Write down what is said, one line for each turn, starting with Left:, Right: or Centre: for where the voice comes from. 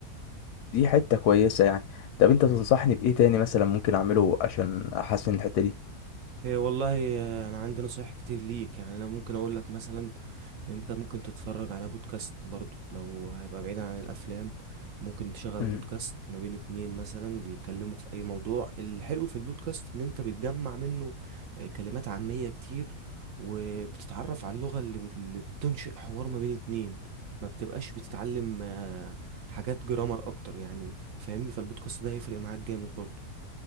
Left: دي حتة كويسة يعني طب انت تنصحني بايه تاني مثلا ممكن اعمله عشان احسن الحته دي
Right: هي والله آه، انا عندي نصايح كتير ليك يعني انا ممكن اقول لك مثلا انت ممكن تتفرج على بودكاست برضو لو هيبقى بعيدا عن الافلام ممكن تشغل
Left: مم.
Right: بودكاست ما بين اتنين مثلا بيتكلموا في اي موضوع الحلو في البودكاست ان انت بتجمع منه آه، كلمات عامية كتير وبتتعرف على اللغة اللي بت- اللي بتنشئ حوار ما بين اتنين ما بتبقاش بتتعلم آه، حاجات جرامر اكتر يعني فاهمني فالبودكاست ده هيفرق معاك جامد برضو